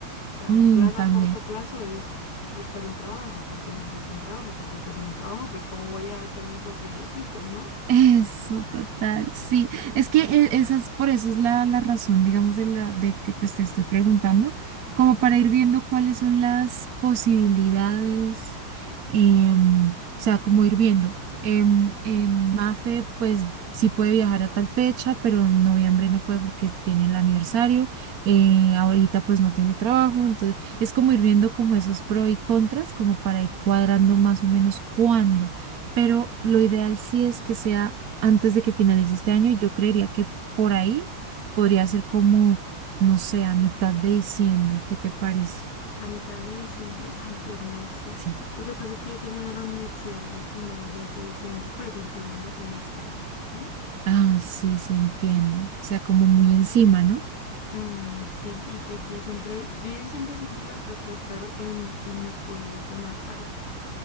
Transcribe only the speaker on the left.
O sea,
un plan
a corto plazo es buscar un trabajo, porque necesito un trabajo, porque pues si no trabajo, pues cómo voy a hacerme esos viajecitos, ¿no?
A mitad de diciembre, ay, pues no sé.
Lo que pasa es que yo termino la universidad los primeros días de diciembre, pues el segundo semestre, ¿sí?
Mm, sí, y pues yo siempre, yo sí siempre, siempre la trato de estar en, en mi pueblito natal,